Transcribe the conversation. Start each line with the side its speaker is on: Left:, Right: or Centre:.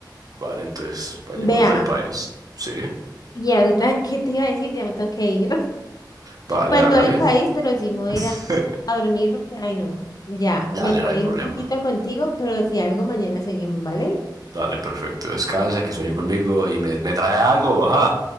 Right: Vale, entonces, vayámonos
Left: Vea.
Right: del país. Sí,
Left: Y ahorita, ¿qué te iba a decir? Ya me tengo que ir.
Right: vale,
Left: Pues
Right: hágale.
Left: no el país,
Right: <laughs>
Left: pero sí me voy a ir a, a dormir porque, ay no, ya,
Right: Dale,
Left: me reí
Right: no hay problema.
Left: un poquito contigo, pero si algo mañana seguimos, ¿vale?
Right: Dale, perfecto. Descanse, que sueño conmigo y me, me trae algo. Ajá.